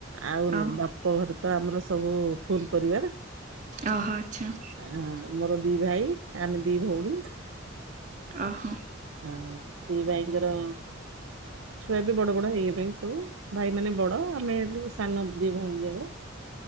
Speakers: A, on the right; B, on the right.
A: ଆଉ
B: ଓ
A: ନହେଲେ ବାପ ଘରେ ତ ଆମର ସବୁ ଫୁଲ ପରିବାର।
B: ଅହ ଆଛା
A: ହଁ ମୋର ଦି ଭାଇ ଆମେ ଦି ଭଉଣୀ।
B: ଅହ
A: ହଁ ଦି ଭାଇଙ୍କର ଛୁଆ ବି ବଡ ବଡ ହେଇଗଲେଣି ସବୁ ଭାଇ ମାନେ ବଡ ଆମେ ହେଲୁ ସାନ ଦି ଭଉଣୀ ଯାଙ୍କ।